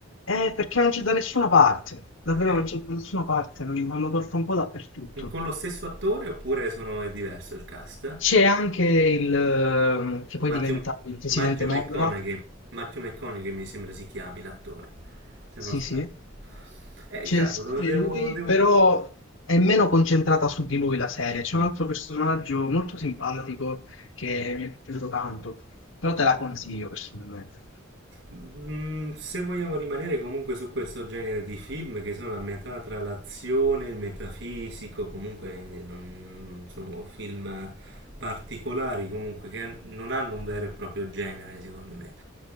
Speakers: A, on the left; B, on the right.
A: Eh, perché non c'è da nessuna parte. Davvero
B: è
A: non c'è da nessuna parte, non, non lo trovo un po' dappertutto.
B: con lo stesso attore oppure sono, è diverso il cast?
A: C'è anche il... ehm, che poi
B: Matthew,
A: diventa il presidente
B: Matthew McConaughey,
A: Morra.
B: Matthew McConaughey mi sembra si chiami l'attore, se
A: Sì,
B: non sbaglio.
A: sì.
B: Eh,
A: C'è
B: cavolo,
A: sempre
B: devo,
A: lui,
B: devo...
A: però è meno concentrata su di lui la serie. C'è
B: mm,
A: un altro personaggio molto simpatico che mi è piaciuto tanto. Però te la consiglio personalmente.
B: Mm, se vogliamo rimanere comunque su questo genere di film che sono a metà tra l'azione e il metafisico, comunque eh, non sono film particolari, comunque che non hanno un vero e proprio genere, secondo me.